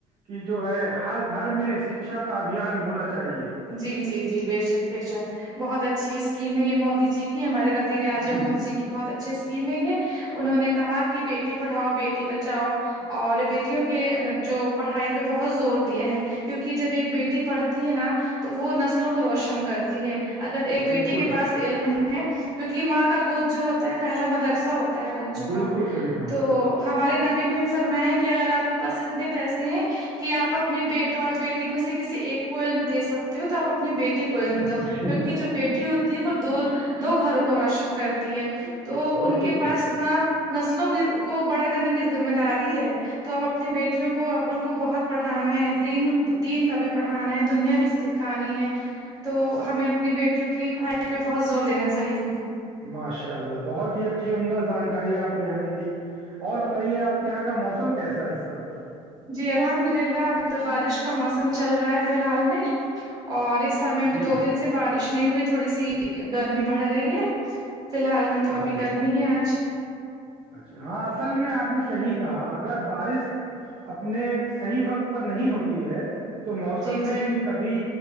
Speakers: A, on the right; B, on the right.
A: کہ جو ہے ہر گھر میں شکھا کا ابھیان ہونا چاہیے
B: جی جی جی بے شک بےشک بہت اچھی اسکیم ہے یہ مودی جی کی ہمارے وزیر اعظم مودی جی کی بہت اچھی اسکیم ہے یہ انہوں نے کہا کہ بیٹی پڑھاؤ بیٹی بچاؤ اور بیٹیوں کے مطلب جو پڑھائی پہ بہت زور دیا ہیں کیونکہ جب ایک بیٹی پڑھتی ہے نا تو وہ نسلوں کو روشن کرتی ہے اگر ایک بیٹی
A: بالکل
B: کے پاس علم ہے کیونکہ ماں کا گود جو ہوتا ہے پہلا مدرسہ ہوتا ہے بچوں
A: بالکل
B: کا
A: صحیح کھانا
B: تو ہمارے نبی نبی فرمائے ہیں کہ اگر آپ کے پاس اتنے پیسے ہیں کہ آپ اپنے بیٹا اور بیٹی مجھ سے کسی ایک کوئل میں دے سکتے ہو تو آپ اپنی بیٹی کوئل میں کیونہ جو بیٹی ہوتی ہے وہ دو گھروں کو روشن کرتی ہے تو
A: بالکل
B: ان کے پاس
A: صحیح
B: نہ نسلوں کی کو بڑا کرنے کی ذمہ داری ہے تو اب اپنی بیٹیوں کو اپن کو بہت پڑھانا ہے دین دین کا بھی پڑھانا ہے دنیا بھی کہانی ہے تو ہمیں اپنی بیٹیوں کی پڑھائی پہ بہت زور دینا چاہیے
A: ماشاء اللہ بہت ہی اچھی عمدہ جانکاری آپ نے ہمیں دی اور بتائیے آپ کے یہاں کا موسم کیسا ہے اس وقت
B: جی الحمد للہ ابھی تو بارش کا موسم چل رہا ہے فی الحال میں اور اس س ابھی
A: جی
B: دو دن سے بارش نہیں ہوئی تھوڑی سی گرمی بڑھ گئی ہے فی الحال میں
A: جی
B: تو ابھی
A: جی
B: گرمی ہے آج
A: اچھا ہاں اصل میں آپ نے صحیح کہا اگر بارش اپنے صحیح وقت پر نہیں ہوتی ہے تو موسم
B: جی
A: میں
B: جی
A: کبھی